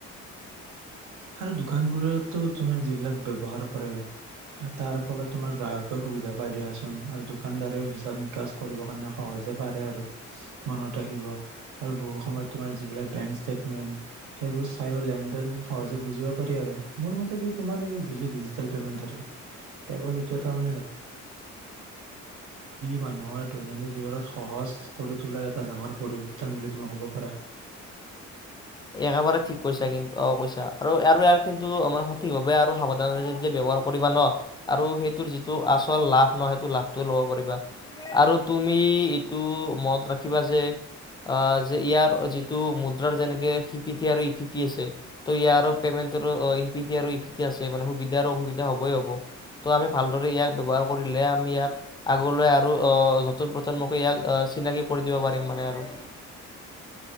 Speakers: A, on the right; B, on the left.
A: আৰু দুকানবোৰত তু তোমাৰ যিবিলাক ব্যয়হাৰ কৰে, তাৰ ফলত তোমাৰ গ্ৰাহকে সুবিধা পই দিয়া চুণ আৰু দুকাণদাৰেও হিচাপ নিকাছ কৰিবলে সহজ পাৰে আৰু ব মনত ৰাখিব আৰু বহু সময়ত তোমাৰ যিবিলাক বেংক ষ্টেটমেন্ত, সেইবোৰ ছাইও তোমাৰ লেনদেন। সহজে বুজিব পাৰি আৰু মোৰ মতে তোমাৰ এই ডিজিটেল পেমেন্ত আৰু ই মানুহৰ দৈনন্দিন জীৱনত সহজ কৰি তোলাৰ এটা ডাঙৰ পৰিবৰ্তন বুলি তুমি কব পাৰা।
B: একেবাৰে ঠিক কৈছা কিন্ত অ কৈছা আৰু আৰু ইয়াৰ কিন্তু মে সঠিকভাৱে আৰু সাৱধান যেতিয়া ব্যৱহাৰ কৰিবা ন আৰু সেইটোৰ যিটো আচল লাভ ন সেইটো লাভটো ল'ব পাৰিবা আৰু তুমি এইটো মন ৰাখিবা যে আহ যে ইয়াৰ যিটো মুদ্ৰাৰ যেনেকে হিপিঠি আৰু ইপিটি আছে ত ইয়াৰ পেমেণ্ট সিপিঠি আৰু ইপিঠি আছে মানে সুবিধা আৰু অসুবিধা হবই হব ত' আমি ভালদৰে ইয়াক ব্যৱহাৰ কৰিলে আমি ইয়াক আগলৈ আৰু আহ নতুন প্ৰজন্মকে ইয়াক চিনাকি কৰি দিব পাৰিম মানে আৰু